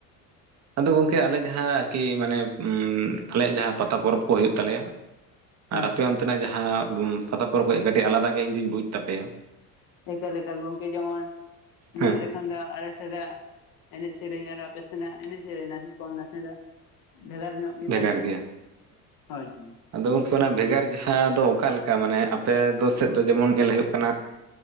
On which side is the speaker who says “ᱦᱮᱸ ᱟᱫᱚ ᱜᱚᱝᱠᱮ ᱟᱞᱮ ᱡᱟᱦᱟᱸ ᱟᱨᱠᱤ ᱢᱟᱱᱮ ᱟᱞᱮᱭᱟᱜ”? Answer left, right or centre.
Right